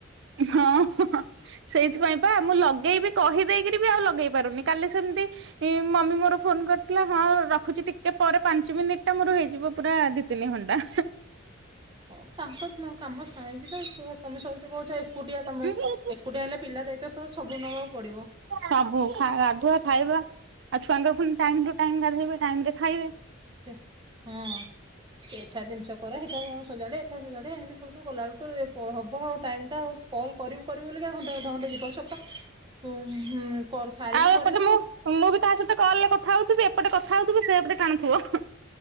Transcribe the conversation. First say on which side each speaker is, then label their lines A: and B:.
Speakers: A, on the right; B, on the right.
A: ହଁ ସେଇଥିପାଇଁ ପା ମୁଁ ଲଗେଇବି କହିଦେଇକିରି ବି ଆଉ ଲଗେଇପାରୁନି କାଲି ସେମିତି ମମି ମୋର ଫୋନ କରିଥିଲା ହଁ ରଖୁଛି ଟିକେ ପରେ ପାଞ୍ଚ ମିନିଟଟା ମୋର ହେଇଯିବ ପୁରା ତିନି ଘଣ୍ଟା।
B: ହଁ ତାଙ୍କ କାମ ଥାଉକି ତ ତମେ ସବୁ କହୁଛ ଏକୁଟିଆ ତମେ
A: ହୁଁ
B: ଏକୁଟିଆ ହେଲେ ପିଲା ଦାୟିତ୍ୱ ସବୁ ନେବାକୁ ପଡିବ।
A: ସବୁ ଖା ଗାଧୁଆ ଖାଇବା ଆଉ ଛୁଆଙ୍କ ପୁଣି ଟାଇମ ଟୁ ଟାଇମ ଗଧେଇବେ ଟାଇମ ରେ ଖାଇବେ।
B: ସେ ହଁ ଏଠା ଜିନିଷ କର ହେଟା କଣ ସଜାଡ ଏଠା ସଜାଡେ ଏମିତି ସବୁଠୁ ଗୋଲାବେଳକୁ ହେବ ଆଉ ଟାଇମ୍ ଟା ଆଉ କଲ କରିବୁ କରିବୁ ବୋଲି ଘଣ୍ଟା ଅଧେ ଘଣ୍ଟା ଯିବହେରୀ ସ ତ ହୁଁ ହୁଁ କ ସାରିକି
A: ଆଉ
B: କରିବୁ।
A: ଏପଟେ ମୁଁ ମୁଁ ବି ତା ସହିତ କଲ ରେ କଥା ହଉଥିବି ଏପଟେ କଥା ହଉଥିବି ସେପଟେ ଟାଣୁଥିବ।